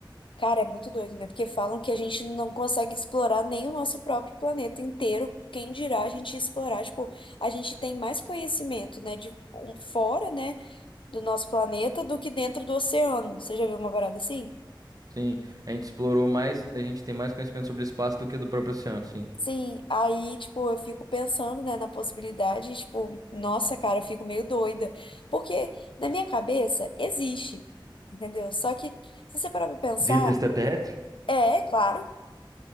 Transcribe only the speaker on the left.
cara, é muito doido, né? Porque falam que a gente não consegue explorar nem o nosso próprio planeta inteiro. Quem dirá a gente explorar? Tipo, a gente tem mais conhecimento, né, de um- fora, né, do nosso planeta do que dentro do oceano. Você já viu uma parada assim?
Sim, aí, tipo, eu fico pensando, né, na possibilidade, tipo, nossa, cara, eu fico meio doida. Porque na minha cabeça existe, entendeu? Só que, se você parar pra pensar,
é, claro